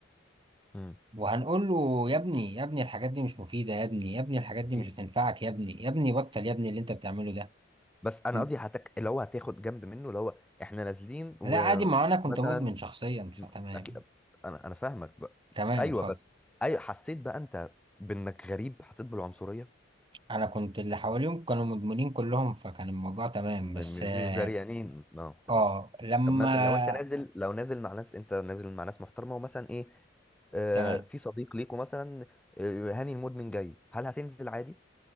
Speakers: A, in the centre; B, on the right.
A: م.
B: وهنقول له يا ابني يا ابني الحاجات دي مش مفيدة يا ابني يا ابني الحاجات دي
A: اكيد
B: مش هتنفعك يا ابني يا ابني بطل يا ابني اللي انت بتعمله ده
A: بس انا
B: م-
A: قصدي هتك... اللي هو هتاخد جنب منه اللي هو احنا نازلين ومثلا
B: لا عادي ما انا كنت مدمن شخصيا فتمام
A: أكيد... انا انا فاهمك بقى.
B: تمام
A: ايوه
B: اتفضل
A: بس ايوه حسيت بقى انت بانك غريب حسيت بالعنصريه
B: انا كنت اللي حواليهم كانوا مدمنين كلهم فكان الموضوع تمام
A: م...
B: بس
A: م...
B: اه
A: مش دريانين اه تمام
B: آه، لما
A: طب مثلا لو انت نازل لو نازل مع ناس انت نازل مع ناس محترمه ومثلا ايه آه
B: تمام
A: في صديق ليكوا مثلا آه هاني المدمن جاي هل هتنزل عادي